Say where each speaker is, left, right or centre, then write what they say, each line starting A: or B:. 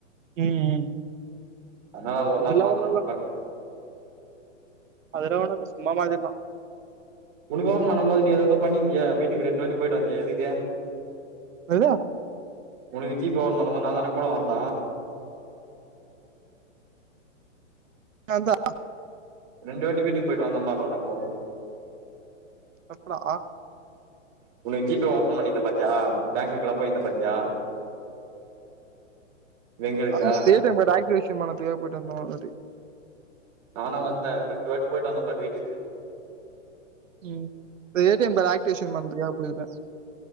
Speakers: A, on the right; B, on the right.
A: ம் ம்
B: ஆனா‌ அது ஒர்
A: அதெல்லா
B: நாள் மாத்தனும்
A: ஒண்ணு
B: நம்பர்
A: அதுலா வேணான்டா சும்மா மாத்திர்லா
B: உனுக் ஓப்ப பண்ணும்போது நீ எதேதோ பண்ணிருந்தியே வீட்டுக்கு ரெண்டு வாட்டி போயிட்டு வந்தியே எதுக்கு
A: எதே
B: உனக்கு ஜீப்பே ஒன் பண்ணும்போது நா தான்டா கூட வந்த
A: அதா
B: ரெண்டு வாட்டி வீட்டுக் போயிட்டு வந்த பார்றா நம்போ
A: எப்டா
B: உனக்கு ஜிபே ஓபன் பண்ணிருந்த பத்தியா பேங்குக்குலா போயிந்த பாத்யா வெங்கலுக்கா
A: ஆமா ஏடிஎம் காடு ஆக்டிவேஷன் பண்ணதுக்காக போய்ட்டு வந்தோ ஒரு வாட்டி
B: நானு வந்த ரெண்டு வாட்டி போயிட்டு வந்தோ பார் வீட்டுக்கு
A: ம் ஏடிஎம் காட் ஆக்டிவிஷன் பண்றதுக்கா போயிருக்க